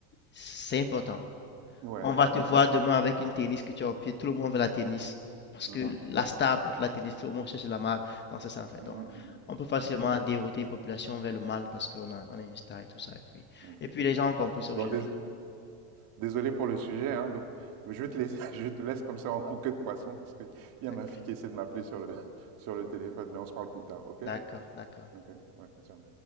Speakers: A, on the left; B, on the right.
A: c'est important.
B: Ouais,
A: On va
B: ouais.
A: te voir demain avec une tennis que tu as au pied, tout le monde veut la tennis, parce
B: Mmh
A: que
B: mh. Mmh
A: la
B: mh.
A: star porte la tennis, tout le monde cherche la marque, donc c'est ça en fait.
B: Mmh
A: Donc,
B: mh. Mmh
A: on peut facilement
B: mmh. OK,
A: dérouter une population vers le mal parce qu'on a, on a une star et tout ça. Et puis,
B: OK.
A: et puis les gens ont compris ça
B: Bon
A: aujourd'hui.
B: dés Désolé pour le sujet, hein, bon, je te laisse, <laughs> je te laisse comme ça en <laughs> queue de poisson parce qu'il y
A: D'ac-
B: a ma fille qui essaie de m'appeler sur le, <laughs> sur le téléphone, mais on se parle plus tard, ok?
A: D'accord, d'accord.
B: Ok, ouais, tiens.